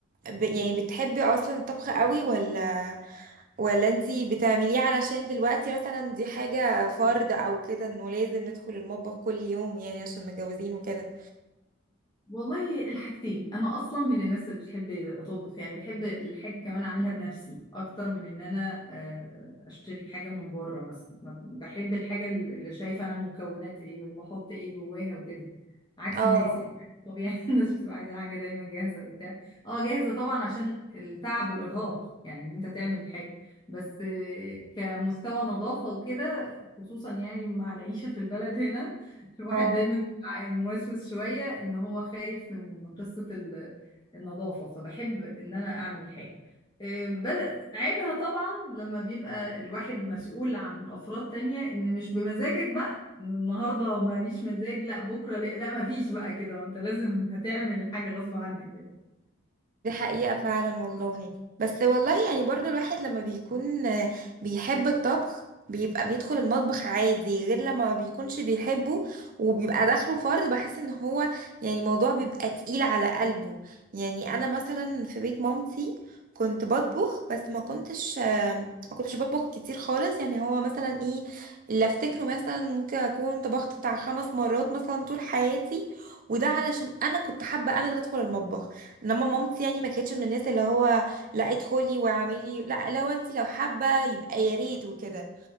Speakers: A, on the right (about 40°); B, on the left (about 20°).
A: ب... يعني بتحبي اصلا الطبخ قوي ولا ولا انتي بتعمليه علشان دلوقتي مثلا دي حاجة فرض او كده انه لازم ندخل المطبخ كل يوم يعني عشان متجوزين وكده
B: والله الحاجتين انا اصلا من الناس اللي بتحب اطبخ يعني بحب الحاجه كمان اعملها بنفسي اكتر من ان انا آه، اشتري حاجه من بره مثلا ما- بحب الحاجه اللي شايفه انا المكونات ايه وبحط ايه جواها وكده عكس
A: اه
B: الناس يعني طبيعي <laughs> الناس بتبقى عايزه حاجه دايما جاهزه وبتاع اه جاهزه طبعا عشان التعب والارهاق يعني ان انت تعمل حاجه بس آه، كمستوى نظافه وكده خصوصا يعني مع العيشه في البلد هنا الواحد
A: اه
B: دايما بيبقى موسوس شوية ان هو خايف من قصة ال- النظافة فبحب ان انا اعمل حاجة إيه، بس عيبها طبعا لما بيبقى الواحد مسؤول عن افراد تانية ان مش بمزاجك بقى النهاردة ماليش مزاج لا بكرة لا, لا مفيش بقى كده وانت لازم هتعمل الحاجة غصب عنك يعني
A: دي حقيقة فعلا والله بس والله يعني برضو الواحد لما بيكون آه، بيحب الطبخ بيبقى بيدخل المطبخ عادي غير لما ما بيكونش بيحبه وبيبقى داخله فرض بحس ان هو يعني موضوع بيبقى تقيل على قلبه يعني انا مثلا في بيت مامتي كنت بطبخ بس ما كنتش آه، ما كنتش بطبخ كتير خالص يعني هو مثلا ايه اللي افتكره مثلا ممكن اكون طبخت بتاع خمس مرات مثلا طول حياتي وده علشان انا كنت حابة انا اللي ادخل المطبخ انما مامتي يعني ما كانتش من الناس اللي هو لا ادخلي واعملي لا لو انت لو حابه يبقى يا ريت وكده